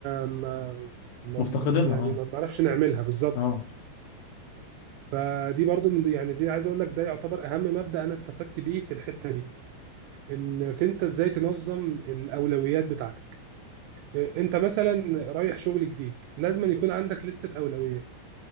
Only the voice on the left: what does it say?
مفتقدينها
اه
اه